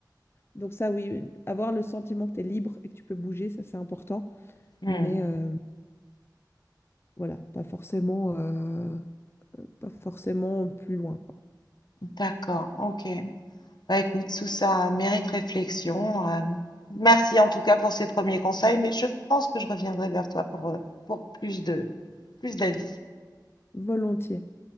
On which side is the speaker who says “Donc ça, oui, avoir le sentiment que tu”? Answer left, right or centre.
Left